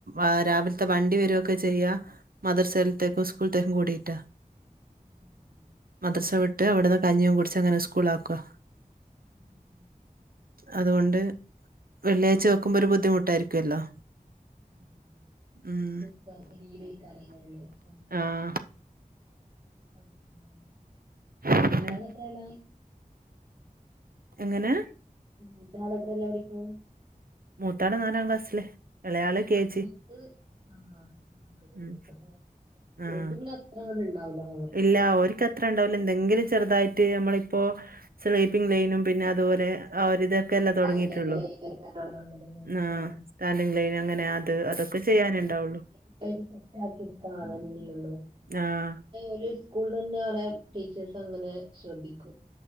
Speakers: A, on the right; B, on the right.
A: ആ രാവിലത്തെ വണ്ടി വരകൊക്കെ ചെയ്യ മദർസലത്തേക്കും സ്കൂളത്തേക്കും കൂടിയിട്ടാ
B: <inaudible>
A: മദർസാ വിട്ട് അവിടുന്ന് കഞ്ഞിയും കുടിച്ച് അങ്ങനെ സ്കൂൾ ആക്കോ
B: ഉം ഉം
A: അതുകൊണ്ട് വെള്ളിയാഴ്ച വെക്കുമ്പോ ഒരു ബുദ്ധിമുട്ടായിരിക്കുമല്ലോ
B: ആഹ് അവരക്ക്
A: ഉം
B: ഇപ്പ ലീവ് ആയിക്കാരം വെള്ളിയാഴ്ച
A: ആ
B: <unintelligible>
A: പിന്നെ
B: മൂത്താള് എത്രയിലാ
A: എങ്ങനെ
B: മൂത്താള് എത്രയിലാ പഠിക്കണേ
A: മുത്താള് നാലാം ക്ലാസ്സില് ഇളയാള്
B: ആഹ്
A: കെ ജി
B: മുത്ത് ആഹ്
A: ഉം ആഹ്
B: ഓൾക്ക് പിന്നെ അത്ര അങ്ങോട്ട് ഉണ്ടാവില്ല ഓളോട്ക്ക്
A: ഇല്ല ഓര്ക്ക് അത്ര ഉണ്ടാവില്ലോ എന്തെങ്കിലും ചെറുതായിട്ട് നമ്മളിപ്പോ സ്ലീപ്പിംഗ ലൈനും പിന്നെ അതുപോലെ ആഹ് ഒരിതൊക്കെ അല്ല തുടങ്ങിയിട്ടുള്ളൂ
B: കാര്യങ്ങള് ആ, അങ്ങനെ ആ.
A: ആഹ് സ്റ്റാൻഡിങ് ലെയിൻ അങ്ങനെ അത് അതൊക്കെ ചെയ്യാന് ല്ലേ ഉണ്ടാവുള്ളൂ
B: ഇപ്പൊ സെറ്റ് ആക്കി എടുക്കാണല്ലള്ളൂ
A: ആഹ്
B: ഒരു സ്കൂള തന്നെ ആണ് ടീച്ചേഴ്സ് അങ്ങനെ ശ്രദ്ധിക്കും